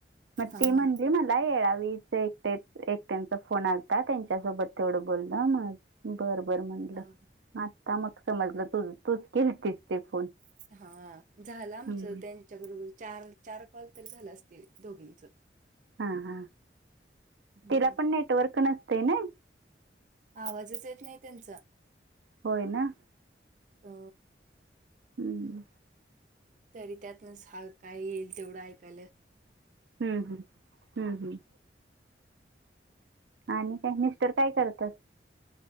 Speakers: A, on the right; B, on the right.
A: मग
B: हां,
A: ती म्हंटली
B: हां.
A: मल नाही यावेळी ते एकटे एकट्यांचा फोन आलता त्यांच्यासोबत तेवढं बोललं. मग बर बर म्हंटलं
B: हां,
A: आता मग समजलं तु तूच केलतीस ते फोन.
B: हा झालं आमच.
A: हम्म.
B: त्यां तुमच्या बरोबर चार चार कॉल तर झाले असतील दोघींच.
A: हा हा
B: हं.
A: तिला पण नेटवर्क नसते ना.
B: आवाजच येत नाही त्यांचा.
A: होय ना.
B: अ,
A: हम्म.
B: तरी त्यातनच हा काय येईल तेवढं ऐकालं.
A: हम्म हम्म हम्म हम्म. आणि काय मिस्टर काय करत्यात?